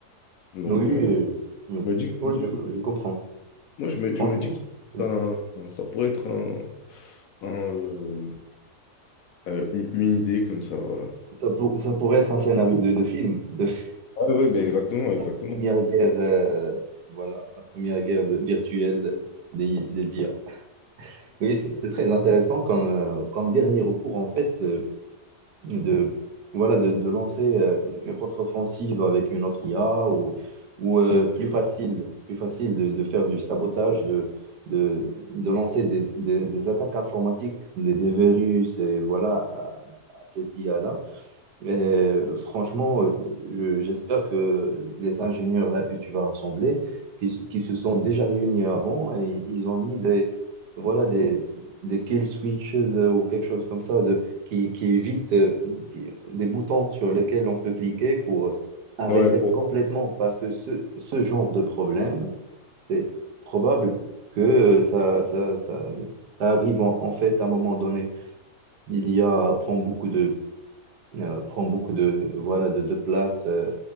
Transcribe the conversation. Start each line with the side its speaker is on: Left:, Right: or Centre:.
Left: Donc,
Right: Oui,
Left: euh,
Right: euh, oui.
Left: je me dis,
Right: Oui,
Left: je-
Right: je, je comprends.
Left: moi, je me,
Right: Franchement,
Left: je me dis que
Right: oui.
Left: c'est un- ça pourrait être un, un, euh, euh, une une idée comme ça, voilà.
Right: Ça, pour- ça pourrait être un scénario de, de film, de <laughs>
Left: Ah oui, ben exactement, exactement.
Right: la première guerre, euh, voilà, la première guerre de- virtuelle des, des IA. Oui, c'est c'est très intéressant comme, euh, comme dernier recours, en fait. euh, de voilà de, de lancer euh, une contre-offensive avec une autre IA ou ou euh, plus facile plus facile de, de faire du sabotage de de, de lancer des, des, des attaques informatiques des, des virus et voilà à, à cette IA-là et franchement, euh, je- j'espère que les ingénieurs là que tu vas rassembler, qui, se qui se sont déjà réunis avant et ils ont mis des, voilà, des, des kill switches euh, ou quelque chose comme ça de, qui, qui évite euh, qui- des boutons sur lesquels on peut cliquer pour arrêter
Left: Ouais, pour...
Right: complètement parce que ce, ce genre de problème, c'est probable que euh, ça, ça, ça, ça arrive en, en fait à un moment donné. Il y a, prend beaucoup de euh, prend beaucoup de, voilà, de, de place, euh,